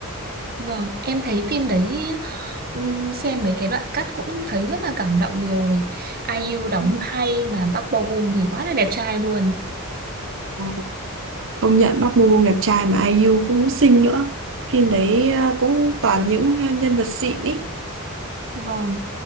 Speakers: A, on the right (about 45°); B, on the right (about 60°).
A: Vâng, em thấy phim đấy ừm, xem mấy cái đoạn cắt cũng thấy rất là cảm động rồi. ai IU đóng
B: Ừ.
A: hay mà Park Bo Gum thì quá là đẹp trai luôn.
B: Ừ. Công nhận Park Bo Gum đẹp trai mà ai IU cũng xinh nữa. Phim đấy ờ, cũng toàn những ờ, nhân vật xịn ý.
A: Vâng,